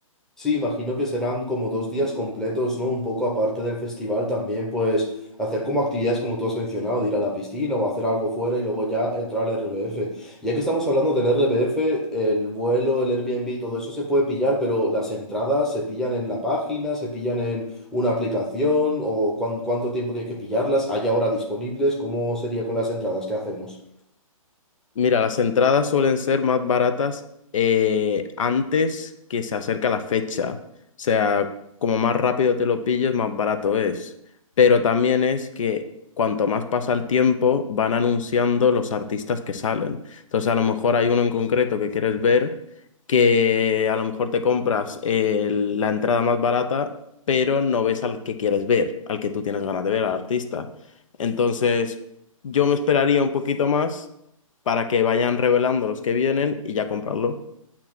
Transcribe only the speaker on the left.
Mira, las entradas suelen ser más baratas eh, antes que se acerca la fecha. O sea, como más rápido te lo pilles, más barato es. Pero también es que cuanto más pasa el tiempo, van anunciando los artistas que salen. Entonces, a lo mejor hay uno en concreto que quieres ver, que a lo mejor te compras eh, la entrada más barata, pero no ves al que quieres ver, al que tú tienes ganas de ver, al artista. Entonces, yo me esperaría un poquito más para que vayan revelando los que vienen y ya comprarlo.